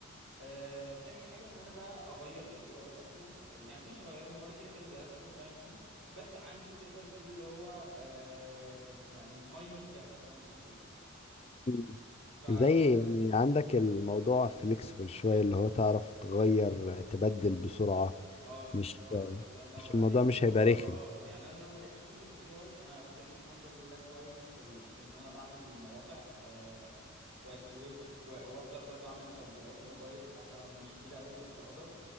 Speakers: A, on the right; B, on the left.
A: آه، تاني حاجة ان انا بقى اغير الاي اي اصلا آه، يعني مش هغيره هو انا كده كده درسته وفاهم فيه بس عندي تقدر تقول اللي هو آه، يعني ماينور تراكس فاهم قصدي
B: مم.
A: فمثلا
B: زي يعني عندك الموضوع فليكسبل شوية اللي هو تعرف تغير تبدل بسرعة
A: اه بالظبط
B: مش
A: الله ينور
B: مش الموضوع
A: عليك
B: مش
A: اللي
B: هيبقى
A: هو اه
B: رخم
A: يعني انا لو ما لقيتش شغل في الاي اي انا اوريدي الحمد لله كويس في ال... في ان انا بعمل مواقع آه، كويس في الويب كوي... واقدر برضه اعمل تطبيقات موبايل حتى لو مش كبيرة قوي بس اقدر